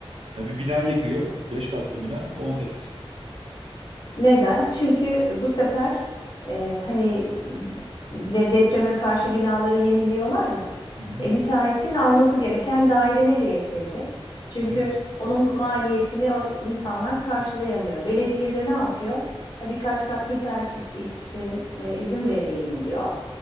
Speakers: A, on the right; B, on the left.
A: Ya bir bina yıkıyor. Beş katlı bina on katı seviyor.
B: Neden? Çünkü bu sefer e, hani de- depreme karşı binaları yeniliyorlar ya.
A: Hı hı.
B: E, müteahhitin alması gereken daire nereye eklenecek? Çünkü
A: Evet.
B: onun maliyetini o insanlar karşılayamıyor. Belediye de ne yapıyor? Ya birkaç kat müteahhit için e, izin vereyim diyor.